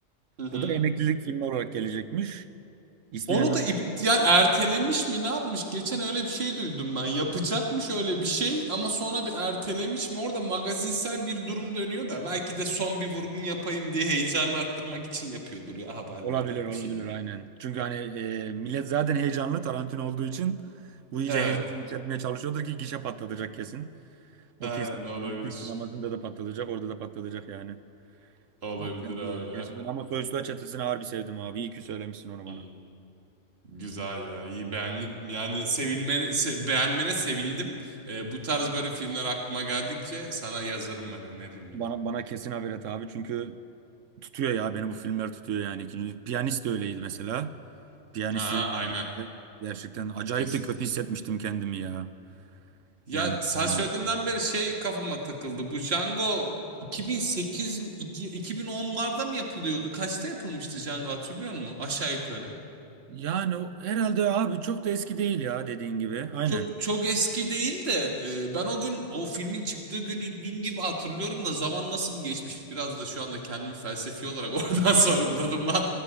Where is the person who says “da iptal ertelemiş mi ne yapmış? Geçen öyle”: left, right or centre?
Right